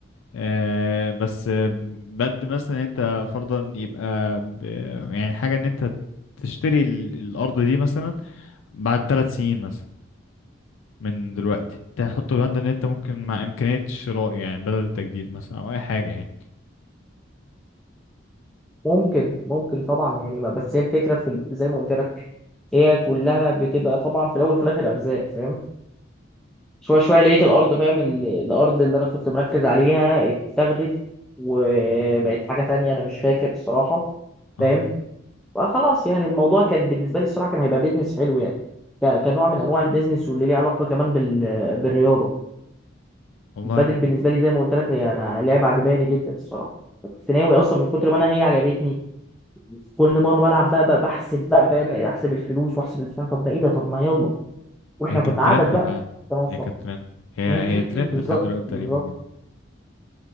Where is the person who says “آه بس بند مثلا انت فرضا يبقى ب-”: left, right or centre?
Left